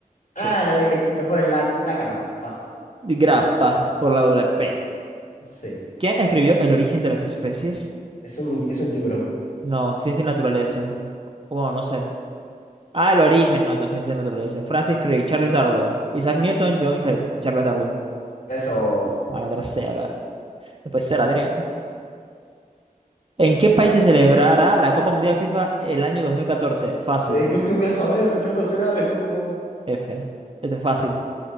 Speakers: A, on the right; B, on the left.
A: Sí.
B: Ah, le di, es por el la, la grapa.
A: Grapa, por la doble P.
B: Sí,
A: ¿Quién escribió El origen de las especies?
B: es un, es un libro.
A: No, Ciencia y Naturaleza. Bueno, no sé. Ah, El origen, no, esto es Ciencia y Naturaleza. Francis Crick, Charles Darwin, Isaac Newton, John Her- Charles Darwin.
B: Eso.
A: Madre sea, ga- no puede ser, Adrián. ¿En qué país se celebrará la Copa Mundial FIFA el año dos mil catorce Fácil,
B: Eh, ¿yo qué voy a saber? Yo no sé nada de fútbol.
A: F. Este es fácil.